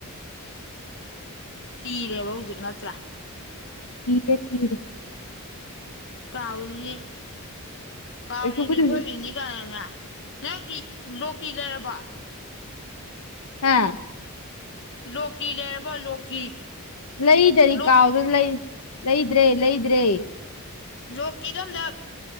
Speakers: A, on the left; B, on the left.
A: ꯀꯤꯔꯦꯕ ꯍꯧꯖꯤꯛ ꯅꯠꯇ꯭ꯔ
B: ꯀꯤꯗꯦ ꯀꯤꯔ
A: ꯀꯥꯎꯔꯤꯅꯤ ꯀꯥꯎꯔꯤꯅꯤ
B: ꯀꯩꯁꯨꯕꯨꯗꯤ ꯍꯧꯖꯤꯛ
A: ꯈꯣꯏꯔꯤꯅꯤ ꯀꯥꯏꯅꯅꯦ ꯅꯪꯒꯤ ꯂꯣꯛꯀꯤ ꯂꯩꯔꯕꯣ
B: ꯍꯥꯥ
A: ꯂꯣꯀꯤ ꯂꯩꯔꯕꯣ ꯂꯣꯀꯤ
B: ꯂꯩ ꯗꯔꯤ
A: ꯂꯣꯛ
B: ꯀꯥꯎꯗꯅ ꯂꯩ ꯂꯩꯗ꯭ꯔꯦ ꯂꯩꯗ꯭ꯔꯦ
A: ꯔꯣꯛꯀꯤꯗꯝꯗ